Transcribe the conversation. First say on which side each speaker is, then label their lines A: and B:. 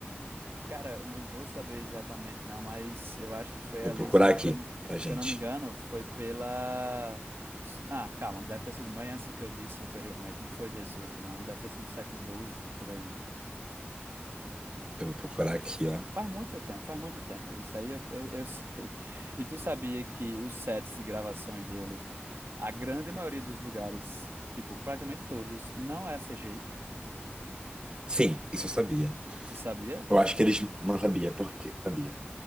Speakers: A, on the right; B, on the right.
A: Cara, eu não vou saber exatamente não, mas eu acho que foi
B: Vou
A: ali,
B: procurar
A: se,
B: aqui
A: se eu não,
B: pra gente.
A: se eu não me engano, foi pela... Ah, calma, deve ter sido bem antes do que eu disse anteriormente, não foi 18, não, deve ter sido século 12 por aí.
B: Eu vou procurar
A: É,
B: aqui,
A: fa-
B: ó.
A: faz muito tempo, faz muito tempo, isso aí eu, eu, eu <laughs> sei. E tu sabia que os sets de gravações deles, a grande maioria dos lugares, tipo, praticamente todos, não é CGI,
B: Sim, isso eu sabia.
A: tu sabia?
B: Eu acho que eles não sabia, porque sabia.